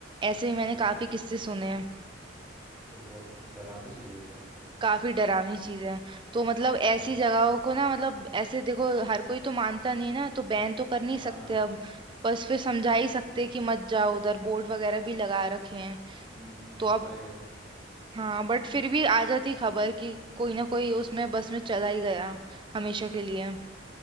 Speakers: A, on the right; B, in the centre.
A: ऐसे ही
B: ये
A: मैंने
B: तो
A: काफी किस्से सुने हैं
B: ये तो बहुत डरावनी चीज है ये तो
A: काफी डरावनी चीज है तो मतलब ऐसी
B: हम्म
A: जगहों को ना मतलब ऐसे देखो हर कोई तो मानता नहीं ना तो बैन तो कर नहीं सकते
B: हाँ
A: अब बस फिर समझा
B: हम्म
A: ही सकते कि मत जाओ उधर बोर्ड वगैरह भी लगा रखे हैं
B: हम्म हम्म,
A: तो अब
B: सही है
A: हाँ बट फिर भी आ जाती खबर कि कोई ना कोई उसमें बस में चला ही गया हमेशा के लिए